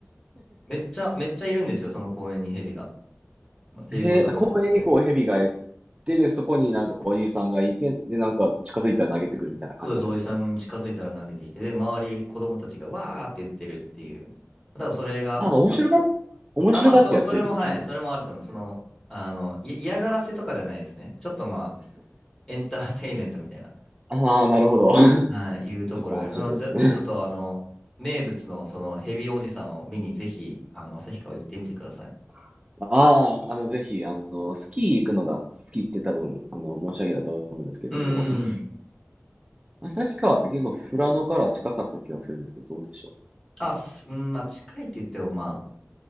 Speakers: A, on the left (about 15°); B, on the right (about 20°).
A: めっちゃ、めっちゃいるんですよ、その公園に蛇が。
B: <laughs>
A: まあっていうことが。
B: へえ、公園にこう蛇がい
A: はい
B: て、で、そこになんかおじいさんがいて、で、なんか近づいたら投げてくるみたいな感じなんですか
A: そうです、おじさんに近づいたら投げてきて、で、周り、子供たちがわーって言ってるっていう。多分それが、
B: あ、面白が、
A: た、
B: 面白がってやってるんですかね。
A: あ、まあ、そう、それも、はい、それもあると思う。その、あの、い嫌がらせとかではないですね。ちょっとまあ、エンターテインメントみたいな、
B: ああ、なるほど。<laughs>
A: はい、いうところよりも、
B: ちょっと安心ですね。
A: じゃ、ちょっとあの、名物のそのヘビおじさんを見に、ぜひ、あの、旭川行ってみてください。
B: <laughs> ああ、あの、ぜひ、あの、スキー行くのが好きって多分、あの、申し上げたと思うんですけども、
A: うーん。
B: うん旭川って結構富良野から近かった気がするんですけど、どうでしょう。
A: あ、す、うん、まあ、近いって言っても、ま